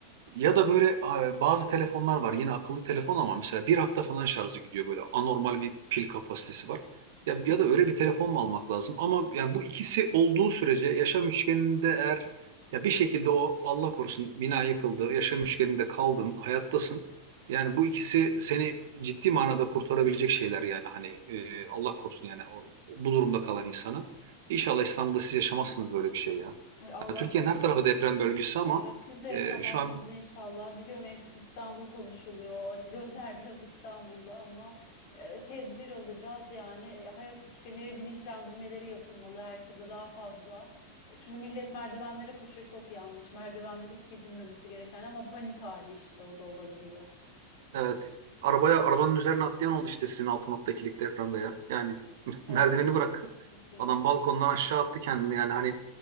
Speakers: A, on the right; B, on the left.
A: Ya da böyle e, bazı telefonlar var. Yine akıllı telefon ama mesela bir hafta falan şarjı gidiyor böyle. Anormal bir pil kapasitesi var. Ya, ya da öyle bir telefon mu almak lazım? Ama yani bu ikisi olduğu sürece yaşam üçgeninde eğer ya bir şekilde o Allah korusun bina yıkıldı, yaşam üçgeninde kaldın, hayattasın. Yani bu ikisi seni ciddi manada kurtarabilecek şeyler yani hani e, Allah korusun yani o, bu durumda kalan insanı. İnşallah İstanbul'da siz yaşamazsınız böyle bir şey ya.
B: E, Allah
A: Ha, Türkiye'nin
B: korusun.
A: her tarafı deprem bölgesi ama
B: Evet, siz de yaşamazsınız
A: e, şu an
B: inşallah. Biliyorum en çok İstanbul konuşuluyor. Gözler <laughs> biraz İstanbul'da ama e, tedbir alacağız yani. E, Hayat üçgeni bilinçlendirmeleri yapılmalı herkese daha fazla. Çünkü millet merdivenlere koşuyor çok yanlış. Merdivenler ilk gidilmemesi gereken ama panik hali işte o da olabiliyor.
A: Evet. Arabaya, arabanın üzerine atlayan oldu işte sizin altı noktakilik depremde ya. Yani <laughs>
B: Evet,
A: merdiveni bırak.
B: çok kötü ya.
A: Adam balkondan aşağı attı kendini yani hani